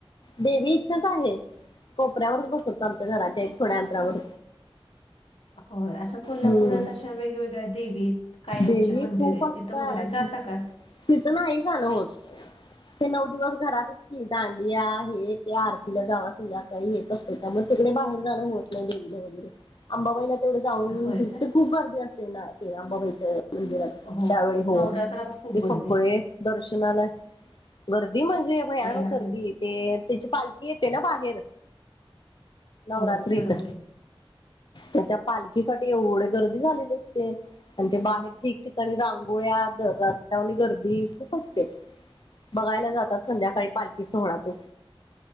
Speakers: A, on the left; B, on the left.
A: देवी इच्छाच आहे कोपऱ्यावरून बसवतो आमच्या घराच्या थोड्या अंतरावर
B: हो असं कोल्हापुरात
A: हम्म
B: अशा वेगवेगळ्या देवी कायमचे
A: देवी
B: मंदिर
A: खूप
B: आहेत
A: असतात
B: तिथं वगैरे जाता का?
A: तिथं नाही जान होत ते नऊ दिवस घरातचतीन ताण या हे ते आरतीला जावा संध्याकाळी हेच असत त्यामुळे तिकडे बाहेर जाणं होत नाही देनला वगैरे अंबाबाईला तेवढे जाऊन
B: होय
A: फते
B: का
A: खूप गर्दी असते ना ते अंबाबाईच्या मंदिरात.
B: हो
A: त्यावेळी हो
B: नवरात्रात खूप
A: ते सगळे
B: गर्दी
A: दर्शनाला गर्दी म्हणजे भयान
B: येणार
A: गर्दी
B: आहे
A: ते त्याची पालखी येते ना बाहेर नवरात्रीत
B: हो बरोबर आहे
A: त्या पालखीसाठी एवढे गर्दी झालेले असते अण ते बाहेर ठिकठिकाणी रांगोळ्या रस्त्यावर गर्दी खूप असते. बघायला जातात संध्याकाळी पालखी सोहळा तो.